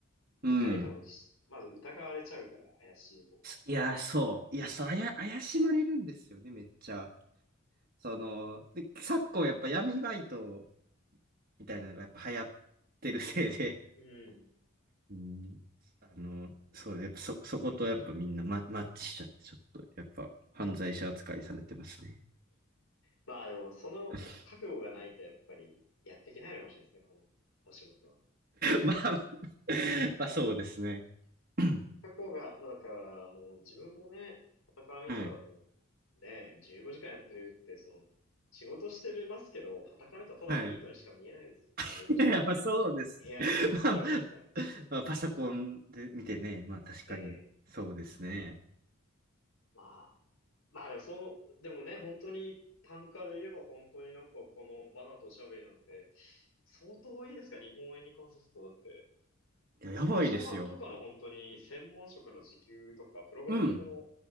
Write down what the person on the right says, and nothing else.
うん。
いや、そう。いや、そう、あや、怪しまれるんですよね、めっちゃ。その、で、昨今やっぱ闇バイトみたいなのがやっぱ流行ってるせいで、
うん、<laughs> あの、そう、やっぱそ、そことやっぱみんなマ、マッチしちゃって、ちょっとやっぱ犯罪者扱いされてますね。
<laughs>
まあ、<laughs> まあそうですね。<coughs>
<clears throat> はい。
はい。
<laughs> いや、まあそうです。
<laughs> まあ、まあパソコンで見てね、まあ確かに、
そうですね。
いや、やばいですよ。
うん。